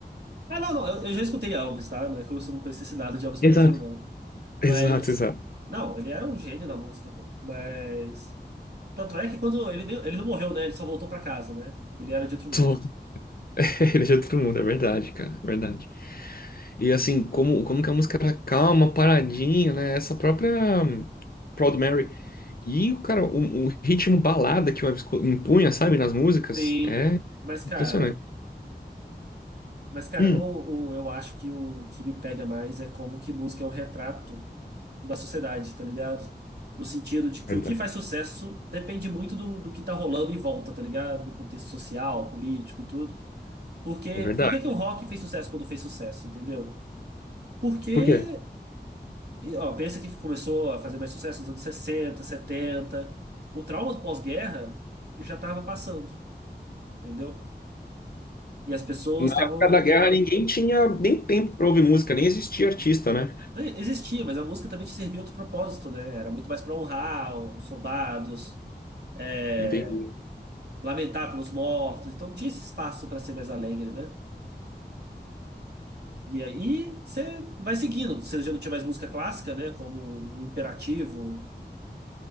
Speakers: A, on the right; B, on the left.
A: Ah, não, não. Eu, eu já escutei Elvis, tá? Não é como se eu não conhecesse nada de Elvis Presley,
B: Exato.
A: não.
B: Exato,
A: Mas.
B: exato.
A: Não, ele é um gênio da música, pô. Mas. Tanto é que quando ele, nem- ele não morreu, né? Ele só voltou pra casa, né? Ele era de outro
B: Tô,
A: mundo.
B: <laughs> Ele ajuda todo mundo, é verdade, cara, é verdade. E assim, como, como que a música era calma, paradinha, né? Essa própria hum, Proud Mary. E, cara, o, o ritmo balada que o Elvis co- impunha, sabe, nas músicas,
A: Sim.
B: é
A: Mas, cara.
B: impressionante.
A: Mas, cara,
B: Hum,
A: ou, ou eu acho que o que me pega mais é como que música é um retrato da sociedade, tá ligado? No sentido de que
B: verdade.
A: o que faz sucesso depende muito do, do que tá rolando em volta, tá ligado? No contexto social, político e tudo. Porque,
B: É verdade.
A: por que que o rock fez sucesso quando fez sucesso, entendeu? Porque,
B: Por quê?
A: e, ó, pensa que começou a fazer mais sucesso nos anos 60 setenta O trauma do pós-guerra já estava passando, entendeu? E as pessoas
B: Na
A: estavam
B: época da guerra, ninguém tinha nem tempo pra ouvir música, nem existia artista, né?
A: Né, Existia, mas a música também te servia outro propósito, né? Era muito mais para honrar os soldados, é,
B: Entendi.
A: lamentar pelos mortos. Então não tinha esse espaço para ser mais alegre, né? E aí você vai seguindo. Você já não tinha mais música clássica, né? Como um imperativo,